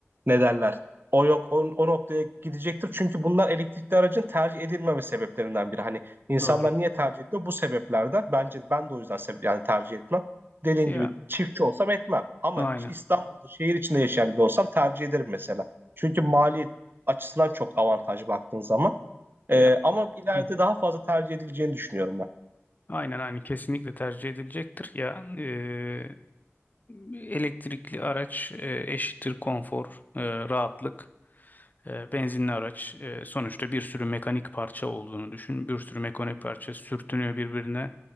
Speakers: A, on the right (about 45°); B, on the left (about 35°).
A: ne derler? O yok o, o noktaya gidecektir. Çünkü bunlar elektrikli aracın tercih edilmeme sebeplerinden biri. Hani insanlar
B: Doğru.
A: niye tercih ediyor? Bu sebeplerden. Bence ben de o yüzden sebe- yani tercih etmem. Dediğin
B: Ya
A: gibi çiftçi olsam etmem. Ama
B: aynen.
A: İstanbul'da şehir içinde yaşayan biri olsam tercih ederim mesela. Çünkü maliyet açısından çok avantajlı baktığın zaman. Ee,
B: Ya
A: ama ileride
B: hı hı.
A: daha fazla tercih edileceğini düşünüyorum ben.
B: Aynen aynen kesinlikle tercih edilecektir. Ya e, Elektrikli araç e, eşittir konfor, e, rahatlık. E, Benzinli araç e, sonuçta bir sürü mekanik parça olduğunu düşün. Bir sürü mekanik parça sürtünüyor birbirine.